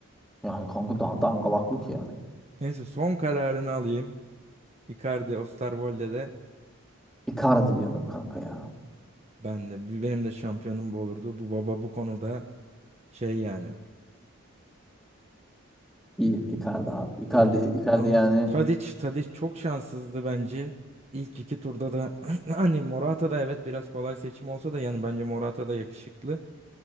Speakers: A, in the centre; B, on the right.
A: Yani kanka da dangalaklık yani.
B: Neyse son kararını alayım. Icardi Osterwolde de
A: Icardi diyorum kanka ya.
B: ben de. Benim de şampiyonum bu olurdu. Bu baba bu konuda şey yani.
A: İyi Icardi abi.
B: Öyle.
A: Icardi, Icardi
B: Ama
A: yani.
B: Tadic, Tadic çok şanssızdı bence. İlk iki turda da <clears throat> hani Morata da evet biraz kolay seçim olsa da yani bence Morata da yakışıklı.